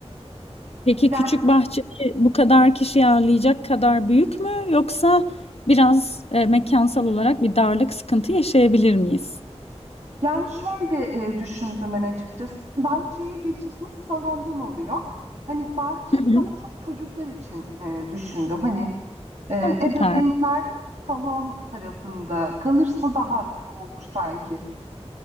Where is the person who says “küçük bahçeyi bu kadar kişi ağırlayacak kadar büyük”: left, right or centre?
Left